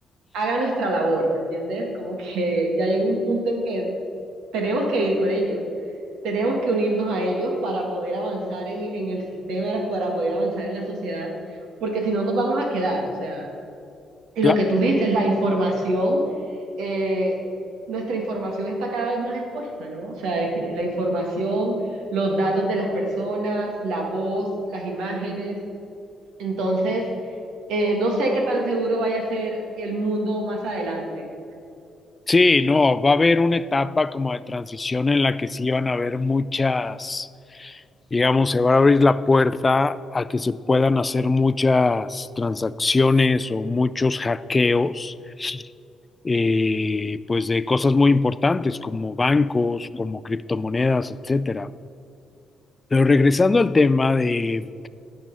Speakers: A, on the right (about 85°); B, on the left (about 20°).
A: haga nuestra labor, ¿me entiendes? Como que <laughs> ya llega un punto en que tenemos que ir con ellos, tenemos que unirnos a ellos para poder avanzar en, en el sistema, para poder avanzar en la sociedad, porque si no nos vamos a quedar, o sea, y
B: Claro.
A: lo que tú dices, la información, eh, nuestra información está cada vez más expuesta, ¿no? O sea, es- la información, los datos de las personas, la voz, las imágenes, entonces... eh, no sé qué tan seguro vaya a ser el mundo más adelante.
B: Sí, no, va a haber una etapa como de transición en la que sí van a haber muchas, digamos, se va a abrir la puerta a que se puedan hacer muchas transacciones o muchos hackeos eh, pues de cosas muy importantes como bancos, como criptomonedas, etcétera. Pero regresando al tema de,